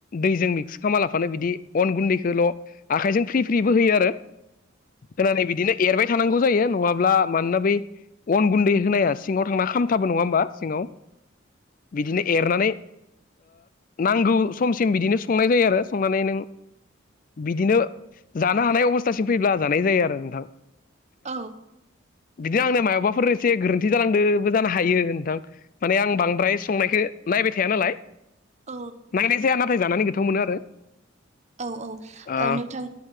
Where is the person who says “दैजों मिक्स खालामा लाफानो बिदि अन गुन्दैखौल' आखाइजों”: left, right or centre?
Left